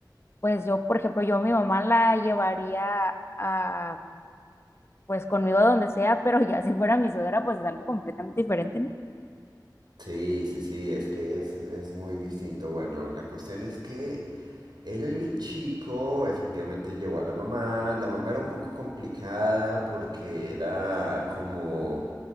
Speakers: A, on the left; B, on the right.
A: pues yo, por ejemplo, yo a mi mamá la llevaría a pues conmigo a donde sea, pero ya si fuera mi suegra, pues es algo completamente diferente, ¿no?
B: Sí, sí, sí, es que es, es muy distinto. Bueno, la cuestión es que el chico efectivamente llevó a la mamá. La mamá era un poco complicada porque era como